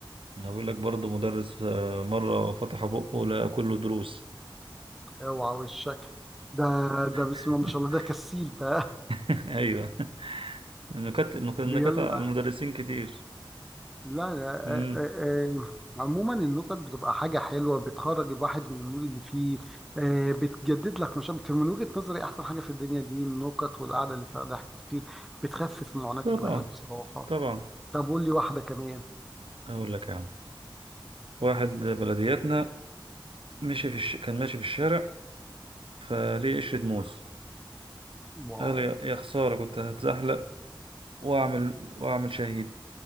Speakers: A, on the right; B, in the centre.
A: هقول لك برضه مدرس آه، مرة فتح بقه لقى كله دروس
B: اوعى وشك ده ده بسم
A: <laughs>
B: الله ما شاء الله ده كسيل بقى
A: ايوه نكت نكت نكت
B: <laughs> بيلا
A: على المدرسين كتير
B: لا لا
A: امم
B: آه آه آه. عموما النكت بتبقى حاجة حلوة بتخرج الواحد من المود اللي فيه آه، بتجدد لك نشاط من وجهة نظري أحسن حاجة في الدنيا دي النكت والقعدة اللي فيها ضحك كتير بتخفف معاناة
A: طبعا
B: الواحد بصراحة
A: طبعا
B: طب قول لي واحدة كمان
A: اقول لك يا عم واحد بلدياتنا مشي في الش... كان ماشي في الشارع فليه قشرة موز
B: واو
A: قال يا يا خسارة كنت هتزحلق واعمل واعمل شهيد